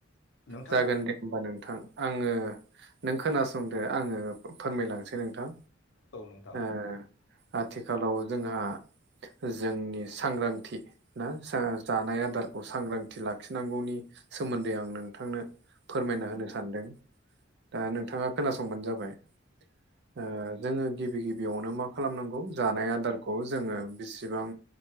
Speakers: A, on the left; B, on the right.
A: नोंथाङा
B: जागोन दे। होमबा नोंथां आंङो नों खोनासंदो आंङो फोरमायलांसै नोंथां।
A: औ नोंथां
B: ओ आथिखालाव जोंहा जोंनि सांग्रांथि ना जानाय आदारखौ सांग्रांथि लाखिनांगौनि सोमोन्दै आं नोंथांनो फोरमायना होनो सानदों? दा नोंथांङा खोनासंबानो जाबाय। ओ जोंङो गिबि गिबियावनो मा खालामनांगौ जानाय आदारखौ जोंङो बिसिबां